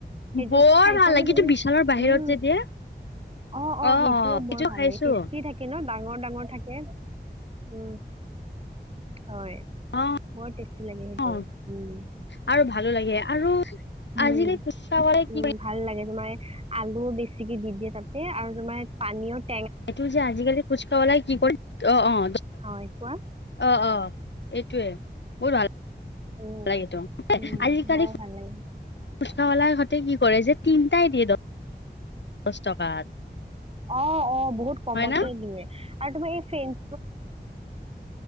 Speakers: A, on the right; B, on the left.
A: সেইটোত
B: বৰ
A: খাইছানে
B: ভাল লাগে
A: তুমি
B: এইটো বিশালৰ বাহিৰত
A: উম
B: যে দিয়ে।
A: অহ অহ
B: অ',
A: সেইটোও
B: অ', সেইটো
A: বৰ ভাল
B: খাইছো
A: লাগে টিষ্টি থাকে ন ডাঙৰ ডাঙৰ থাকে উম হয়
B: অ',
A: বৰ টেষ্টি লাগে সেইটো
B: অ
A: উম
B: আৰু ভালো লাগে আৰু
A: উম
B: আজিকালি ফুচকাৱালাই
A: উম
B: কি
A: ভাল লাগে তোমাৰ আলুও বেছিকে দি দিয়ে তাতে আৰু তোমাৰ পানীয়ত
B: এইটো যে আজিকালি ফুচকা ৱালাই কি কৰি অহ অহ
A: হয় কোৱা
B: অহ অহ এইটোৱে বহুত ভাল
A: উম।
B: লাগেটো
A: উম,
B: আজিকালি
A: বৰ ভাল লাগে
B: ফুচকা হতে কি কৰে যে তিনিই দিয়ে দহ দচ টকাত
A: অহ অহ বহুত কমতে
B: হয় না
A: দিয়ে আৰু তোমাৰ এই ফেন